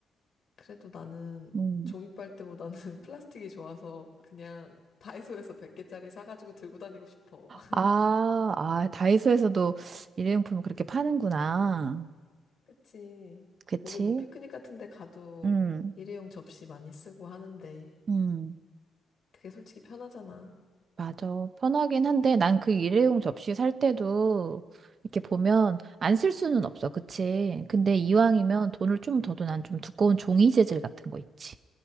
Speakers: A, on the left (about 60°); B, on the right (about 50°).
A: 그래도 나는
B: 음.
A: 종이빨대보다는 <laughs> 플라스틱이 좋아서 그냥 다이소에서 100개짜리 사가지고 들고 다니고 싶어. <laughs>
B: 아, 아, 다이소에서도 일회용품을 그렇게 파는구나.
A: 그치.
B: 그치?
A: 우리 뭐 피크닉 같은 데 가도
B: 음,
A: 일회용 접시 많이 쓰고 하는데,
B: 음.
A: 그게 솔직히 편하잖아.
B: 맞아. 편하긴 한데 난 그 일회용 접시 살 때도 이렇게 보면 안 쓸 수는 없어. 그치? 근데 이왕이면
A: 응,
B: 돈을 좀 더도 난 좀 두꺼운 종이 재질 같은 거 있지.